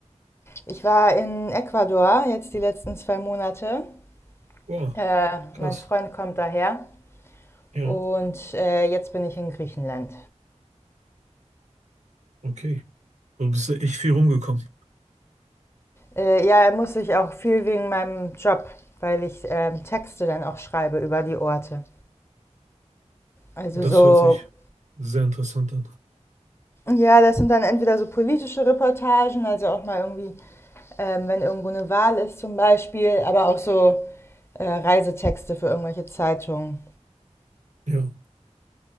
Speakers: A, on the left; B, on the right.
A: Ich war in Ecuador jetzt die letzten zwei Monate.
B: Boah,
A: Äh,
B: krass.
A: mein Freund kommt daher
B: Ja,
A: und äh, jetzt bin ich in Griechenland.
B: okay. Du bist ja echt viel rumgekommen.
A: Äh, ja, muss ich auch viel wegen meinem Job, weil ich ähm, Texte dann auch schreibe über die Orte. Also
B: Das
A: so,
B: hört sich sehr interessant an.
A: ja, das sind dann entweder so politische Reportagen, also auch mal irgendwie ähm, wenn irgendwo eine Wahl ist zum Beispiel, aber auch so äh, Reisetexte für irgendwelche Zeitungen.
B: Ja,